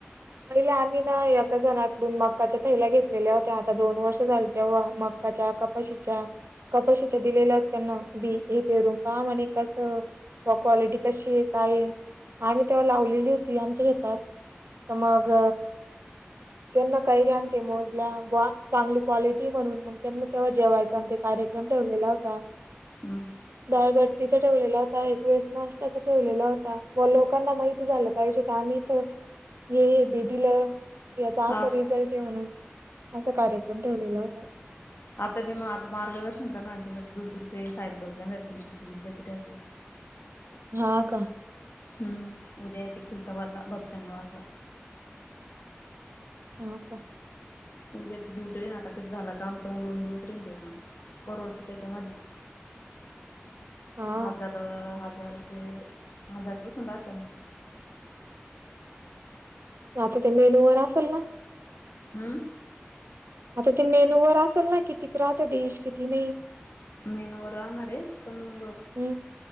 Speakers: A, on the right; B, on the left.
A: पहिले आम्ही ना एका जणाकडून मक्काच्या थैल्या घेतलेल्या होत्या, आता दोन वर्ष झाले त्येव्हा मग मकाच्या, कपाशीच्या, कपाशीच्या दिलेल्याय त्यांन बी, हे पेरूम पहा म्हणे कसं, क्वालिटी कशीय कायय. आम्ही तेव्हा लावलेली होती आमच्या शेतात,, तर मग त्यांना कैर्या आणी ते मोजल्या, वा चांगली क्वालिटीय म्हणून त्यांना तेव्हा जेवायचान ते कार्यक्रम ठेवलेला होता.
B: हम्म
A: डाळगट्टीचा ठेवलेला होता, एक वेळेस नाष्ट्ताचा ठेवलेला होता, वा लोकांना माहिती झालं पाहिजे का आम्ही तर हे हे बी दीलं याचा
B: हा
A: असं रिझल्ट आहे म्हणून,, असा कार्यक्रम ठेवलेला होता.
B: आता बी म मार्गदर्शन करणार, त दुरदूरचे साहेब लोक नर कृशीचे विद्यापीठाचे.
A: हा का.
B: हम्म,, उद्या येती खूल्ताबादला भक्त निवासला.
A: हो का.
B: त ड्युटी रेन आता कध झालं काम, तर दोन दिवस रेन ते काम, परवडते त्याच्या मधी.
A: <inaudible> हा
B: हजार हजारशे हजार रुपे सु होधा त्या
A: आता ते मेनू वर असल ना.
B: हं
A: आता ते मेन्यू वर असल ना कितीक राहते डिश कितीक नई.
B: मीनु वर राहणार रे,, पण मंग
A: हम्म.